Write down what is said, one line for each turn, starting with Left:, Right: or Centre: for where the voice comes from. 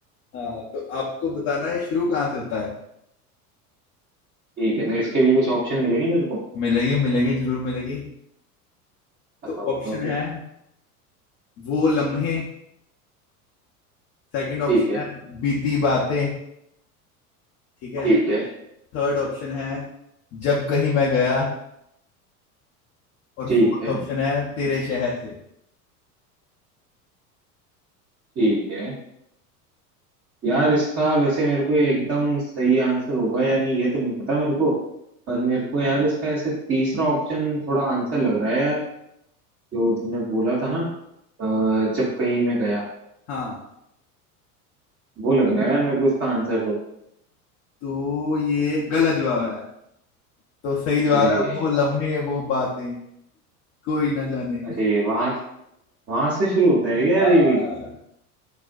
Left: हाँ तो आपको बताना है शुरू कहाँ से होता है
Right: ठीक है तो इसके भी कुछ ऑप्शन मिलेंगे मेरे को
Left: मिलेगी मिलेगी जरूर मिलेगी
Right: बताओ
Left: तो ऑप्शन
Right: बताओ फिर
Left: है वो लम्हे सेकंड ऑप्शन
Right: ठीक है
Left: है बीती बातें ठीक है
Right: ठीक है
Left: थर्ड ऑप्शन है जब कहीं मैं गया और
Right: ठीक
Left: फोर्थ
Right: है
Left: ऑप्शन है तेरे शहर से
Right: ठीक है यार इसका वैसे मेरे को एकदम सही आंसर होगा या नहीं ये तो नहीं पता मेरे को पर मेरे को यार इसका ऐसे तीसरा ऑप्शन थोड़ा आंसर लग रहा है यार जो तुमने बोला था ना अ, जब कहीं मैं गया
Left: हाँ
Right: वो लग रहा है यार मेरे को इसका आंसर दो
Left: तो ये गलत जवाब है तो सही जवाब
Right: अरे
Left: है वो लम्हे
Right: यार,
Left: वो बातें कोई ना जाने
Right: अरे वहां वहां से शुरू होता है क्या
Left: हाँ
Right: यार ये भी